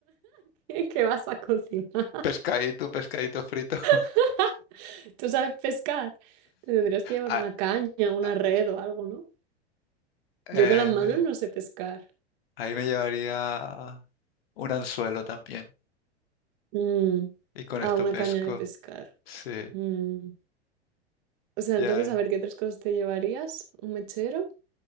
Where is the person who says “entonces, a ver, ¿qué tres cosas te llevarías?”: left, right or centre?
Right